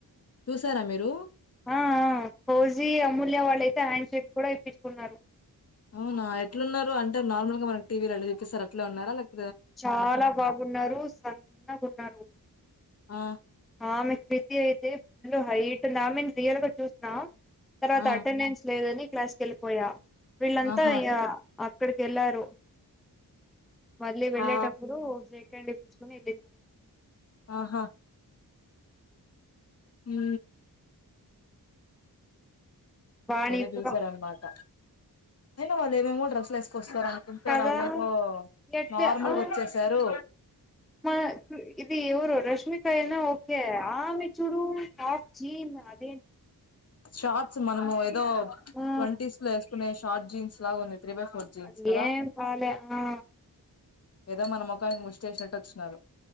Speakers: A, on the left; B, in the centre.
A: చూసారా మీరు?
B: ఆ ఆ ఫౌజీ అమూల్య వాళ్ళైతే హ్యాండ్ షేక్ కూడా ఇప్పించుకున్నారు
A: అవునా ఎట్లున్నారు అంటే నార్మల్గా మనకిటీవీల ఎట్లా చూపిస్తారు అట్లే ఉన్నార లేక్
B: చాలా బాగున్నారు సన్నగున్నారు
A: ఆ
B: ఆమె క్రితి అయితే ఫుల్ హైట్ ఉంది ఆమేన్ రియల్ గా చూసిన తర్వాత
A: ఆ
B: అటెండెన్స్ లేదని క్లాస్ కెళ్ళిపోయా వీళ్ళంతా
A: ఆహా
B: ఇగా అక్కడికెళ్ళారు లే వెళ్ళేటప్పుడు
A: ఆ
B: షేక్ హ్యాండ్ ఇప్పిచ్చుకొని ఎల్లింది
A: ఆహా ఊ
B: వాణి
A: అయితే చూసారన్మాట
B: కూడా
A: అయినా వాళ్ళు ఏమేమో డ్రస్లు వేసుకొస్తార ఉంటే
B: కదా
A: వాళ్ళేదో
B: ఎట్లా
A: నార్మల్గా
B: ఆ
A: వచ్చేసారు
B: మా ఇది ఎవరు రష్మికయనా ఓకే ఆమె చుడూ కా జీన్ అదేం
A: షార్ట్స్ మనము ఏదో
B: ఆ
A: ట్వంటీస్ లో వేసుకునే షార్ట్ జీన్స్ లాగా ఉంది త్రీ బై ఫోర్ జీన్స్
B: అట్లెం
A: కదా
B: బాలే ఆ
A: ఏదో మన ముఖానికి ముష్టి ఎసినట్టు వచ్చినారు